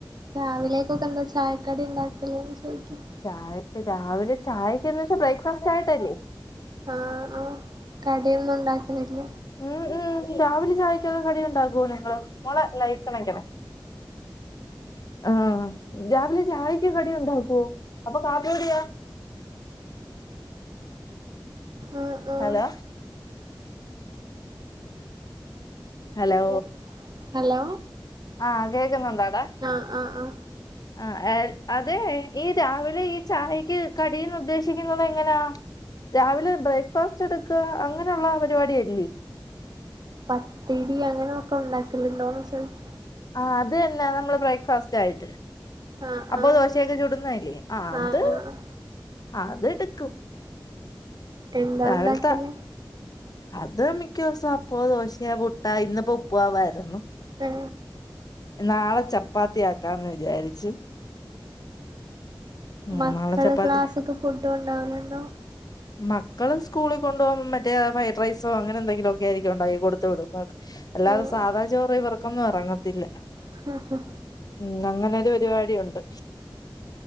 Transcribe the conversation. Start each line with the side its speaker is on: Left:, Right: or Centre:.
Right: രാവിലേക്കൊക്കെന്താ ചായക്കടി ണ്ടാക്കലേന്ന് ചോയ്ക്ക
Left: ചായാക്ക് രാവിലെ ചായക്കന്ന് വെച്ച ച്ച ബ്രേക്ക്ഫാസ്റ്റ് ആയിട്ടല്ലേ
Right: ആ ആ കടിയൊന്നും ഉണ്ടാക്കലില്ല
Left: ഉം ഉം രാവിലെ ചായക്കൊക്കെ കടിയോക്കേ ണ്ടാകുലേ നിങ്ങള് മോളെ ലൈറ്റ്ണക്കണെ ആഹ രാവിലെ ചായയ്ക്ക് കടിയുണ്ടാക്കുവോ അപ്പൊ കാപ്പിടിയോ
Right: ആഹ് ആഹ്
Left: ഹലോ ഹലോ
Right: അങ്ങനെ ഹലോ
Left: ആഹ് കേഗുന്നുണ്ടാടാ
Right: ആഹ് ആഹ് ആഹ്
Left: ആ അതെ ഈ രാവിലെ ഈ ചായക്ക് കടീന്ന് ഉദ്ദേശിക്കുന്നത് എങ്ങന രാവിലെ ബ്രേക്ക്ഫാസ്റ്റ് എടുക്കുക അങ്ങനെയുള്ള പരിപാടിയല്ലേ
Right: പത്തിരി അങ്ങനെൊക്കെ ഉണ്ടാക്കലുണ്ടോന്ന് ചോദിച്ച
Left: ആ അതന്നെ നമ്മള് ബ്രേക്ക്ഫാസ്റ്റ് ആയിട്ട്
Right: ആഹ്
Left: അപ്പൊ
Right: ആഹ്
Left: ദോശയൊക്കെ ചുടുന്നല്ലേ ആ അത്
Right: ആഹ് ആഹ്
Left: അത് എടുക്കും
Right: എന്താ
Left: രാവിലത്ത
Right: ഉണ്ടാക്കല്
Left: അത് മിക്ക ദിവസു അപ്പോ ദോശോ പുട്ടാ ഇന്നിപ്പോ ഉപ്പു മമായിരുന്നു
Right: പി
Left: നാളെ ചപ്പാത്തിയാക്കാന്ന് വിചാരിച്ചു ഉം
Right: മക്കള്
Left: നാളെ ചപ്പാത്തി
Right: ക്ലാസ്സിക്ക് ഫുഡ് കോണ്ടാവല്ണ്ടോ
Left: മക്കള് സ്കൂളി കൊണ്ടുപോകാൻ മറ്റേ ഫ്രൈഡ് റൈസോ അങ്ങനെ എന്തെങ്കിലുമോക്കെ ആയിരിക്കും ഉണ്ടാക്കി കൊടുത്തു വിടുന്നത് അല്ലാതെ
Right: ആഹ്
Left: സാധാ ചോറ് ഇവർക്കൊന്നും എറങ്ങത്തില്ല
Right: ഉം ഹ
Left: ഉം അങ്ങനോരു പരിപാടിണ്ട്